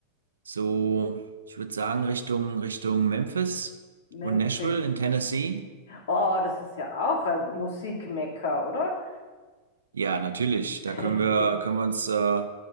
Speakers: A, on the right; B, on the left.
A: so, ich würde sagen, Richtung, Richtung Memphis
B: Memphis.
A: und Nashville in Tennessee.
B: Oh, das ist ja auch ein Musikmekka, oder?
A: Ja, natürlich. Da
B: <laughs>
A: können wir, können wir uns äh,